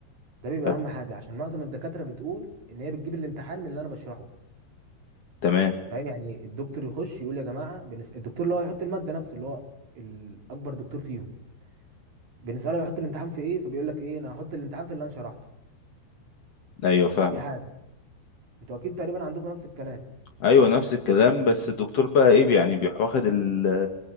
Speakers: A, on the right; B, on the left.
A: ده بيبقى
B: ت-
A: اهم حاجه عشان معظم الدكاتره بتقول ان هي بتجيب الامتحان من اللي انا بشرحه
B: تمام
A: فاهم يعني الدكتور يخش يقول يا جماعه بنس... الدكتور اللي هو يحط الماده نفسه اللي هو الاكبر دكتور فيهم بنساله يحط الامتحان في ايه فبيقول لك ايه انا هحط الامتحان في اللي انا شرحته
B: ايوه فاهمك
A: دي حاجه انتوا اكيد تقريبا عندكم نفس الكلام
B: ايوه نفس الكلام بس الدكتور بقى ايه يعني بيواخد ال